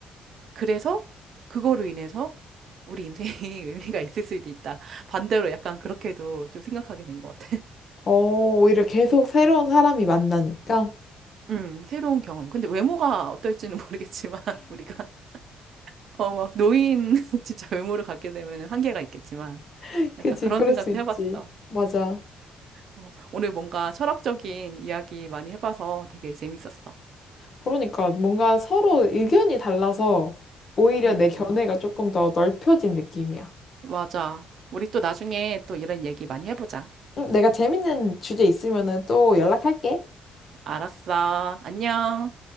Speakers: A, on the right; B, on the left.
A: 그래서 그거로 인해서 우리 인생이 <laughs> 의미가 있을 수도 있다. 반대로 약간 그렇게도 좀 생각하게 된 것 같아.
B: 어, 오히려 계속 새로운 사람이 만나니까.
A: 음, 새로운 경험. 근데 외모가 어떨지는 모르겠지만, <laughs> 우리가, 어, 막, 노인, <laughs> 진짜 외모를 갖게 되면 한계가 있겠지만,
B: <laughs>
A: 약간
B: 그치,
A: 그런
B: 그럴
A: 생각도
B: 수 있지.
A: 해봤어.
B: 맞아.
A: 어, 오늘 뭔가 철학적인 이야기 많이 해봐서 되게 재밌었어.
B: 그러니까 뭔가 서로 의견이 달라서 오히려
A: 음,
B: 내 견해가 조금 더 넓혀진 느낌이야.
A: 맞아. 우리 또 나중에 또 이런 얘기 많이 해보자.
B: 음, 내가 재밌는 주제 있으면은 또 연락할게.
A: 알았어. 안녕.